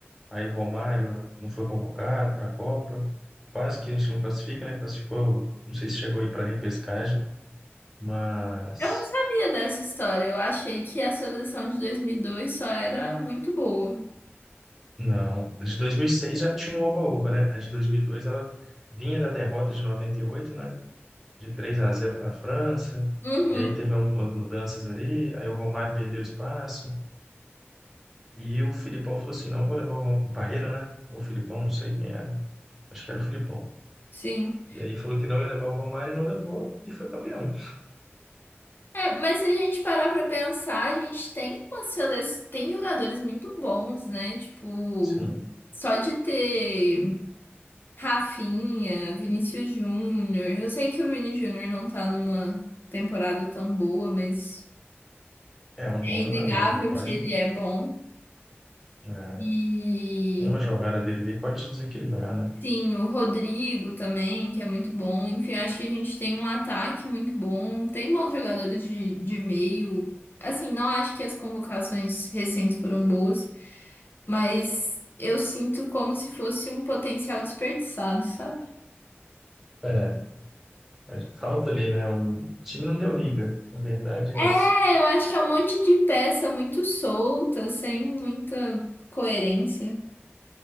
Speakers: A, in the centre; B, on the left.
A: Aí o Romário não foi convocado para a Copa. Quase que a gente não classifica, né? Classificou, não sei se chegou aí para repescagem. Mas
B: Eu não sabia dessa história, eu achei que a seleção de 2002 só era muito boa.
A: não, a de 2006 já tinha um oba-oba, né? A de 2002 ela vinha da derrota de 98, né? De 3 a zero para a França.
B: Uhum,
A: E aí teve um- umas mudanças ali, aí o Romário perdeu espaço e o Filipão falou assim: "Não vou levar o, Rom- o Parreira, né? Ou o Filipão, não sei quem era. Acho que era o Filipão.
B: sim.
A: E aí falou que não ia levar o Romário e não levou e foi campeão.
B: É, mas se a gente parar pra pensar, a gente tem uma seleção, tem jogadores muito bons, né? Tipo,
A: Sim,
B: só de ter. Rafinha, Vinícius Júnior. Eu sei que o Vini Júnior não tá numa temporada tão boa, mas
A: é um
B: é
A: bom jogador,
B: inegável
A: ele pode,
B: que ele é bom.
A: é,
B: E
A: uma jogada dele ali pode desequilibrar, né?
B: sim, o Rodrigo também, que é muito bom. Enfim, acho que a gente tem um ataque muito bom. Tem bons jogadores de, de meio. Assim, não acho que as convocações recentes foram boas, mas eu sinto como se fosse um potencial desperdiçado, sabe?
A: é É, Falta ali, né? O time não deu liga, na verdade é
B: É,
A: essa.
B: eu acho que é um monte de peça muito solta, sem muita coerência.